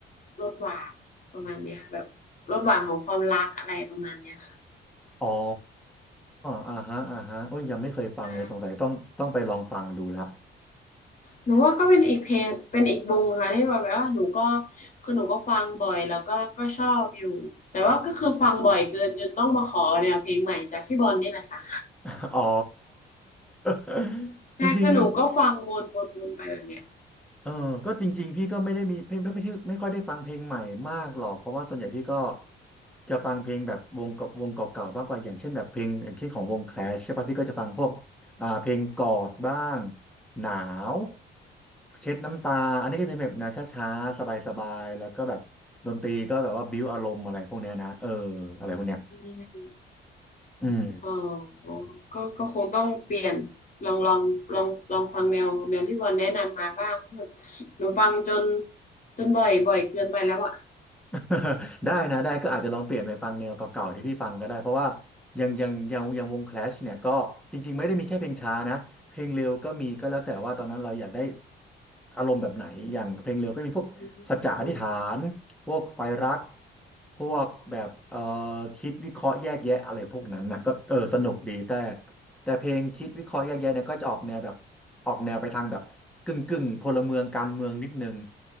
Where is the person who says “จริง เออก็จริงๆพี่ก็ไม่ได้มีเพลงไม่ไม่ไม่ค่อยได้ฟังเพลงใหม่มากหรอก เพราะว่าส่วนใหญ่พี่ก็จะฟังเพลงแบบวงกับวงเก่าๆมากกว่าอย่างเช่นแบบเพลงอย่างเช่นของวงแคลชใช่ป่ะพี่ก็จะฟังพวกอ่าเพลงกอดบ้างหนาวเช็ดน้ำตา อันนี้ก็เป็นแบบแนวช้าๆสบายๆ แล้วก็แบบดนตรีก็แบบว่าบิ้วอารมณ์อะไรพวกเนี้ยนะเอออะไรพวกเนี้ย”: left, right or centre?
Centre